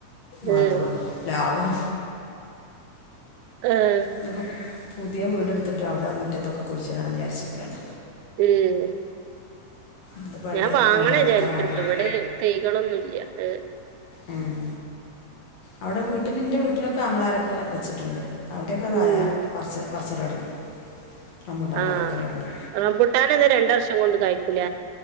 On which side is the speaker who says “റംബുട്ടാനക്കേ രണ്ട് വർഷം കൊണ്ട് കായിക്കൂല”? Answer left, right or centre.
Right